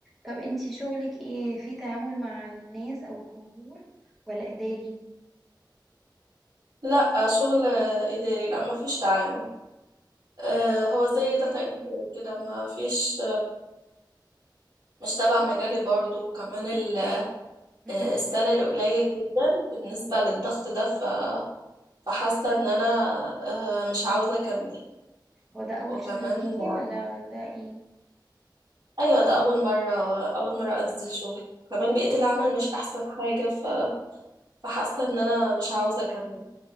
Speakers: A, in the centre; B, on the right.
A: طب انتي شغلك ايه في تعامل مع الناس او الجمهور ولا إداري
B: لا شغل إداري لا مفيش تعامل آه،
A: طيب
B: هو زي داتا انتري كده ما فيش مش تبع مجالي برضو وكمان ال-
A: مهم.
B: آه، السالري قليل جدا بالنسبة للضغط ده ف- فحاسة ان انا آه، مش عاوزة اكمل
A: هو ده أول
B: وكمان
A: شغل ليكي ولا ده ايه
B: ايوه ده اول مرة اول مرة انزل شغل كمان بيئة العمل مش احسن حاجة ف- فحاسة ان انا مش عاوزة اكمل